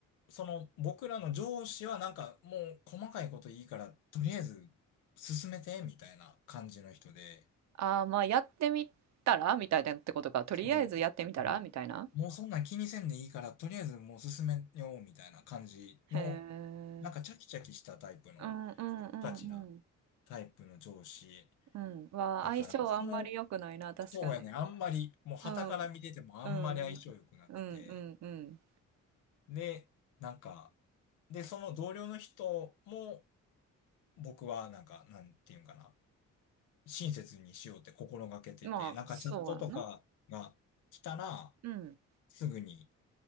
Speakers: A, on the left (about 85°); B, on the right (about 65°).
A: その僕らの上司はなんかもう細かいこといいから、とりあえず進めて、みたいな感じの人で、
B: ああ、まあ、やってみたらみたいなってことか。とりあえずやってみたらみたいな。
A: そう。うん。もうそんなん気にせんでいいから、とりあえずもう進めようみたいな感じの、
B: へえ。
A: なんかチャキチャキしたタイプの、
B: うんうんうんうん
A: せっかちなタイプの上司
B: うん。は相性あんまり良くないな、
A: やから、その、
B: 確かに。
A: そうやね、あんまり、もう傍から見ててもあんまり相性良くなくて、
B: うんうんうんうんう
A: で、なんか、で、その同僚の人も、僕はなんか、なんていうんかな、親切にしようって心がけてて、
B: ん。まあそうやな。
A: なんかチャットとかが来たら、
B: うん
A: すぐに、